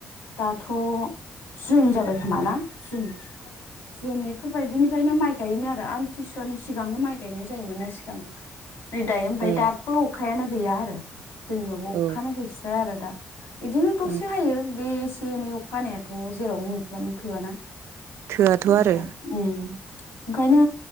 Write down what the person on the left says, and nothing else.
दाथ जुन जाबाय खोमाना? जुन जुन इफोरबायदिनिफ्रायनो माइ गायो मोन आ रो आमथिसुवानि सिगांनो माइ गायनाय जायोमोन ना सिगां। नै दायो ओमफ्राय
दाबो अखायानो गैया आरो। जोंनियावबो
अखानो गैस्राया आरो दा। बिदिनो दसे
हायो बे एसे एनै अखाहानायाथ जेरावबो मुफ्लामनो थोआ ना
<unintelligible>
उम ओंखायनो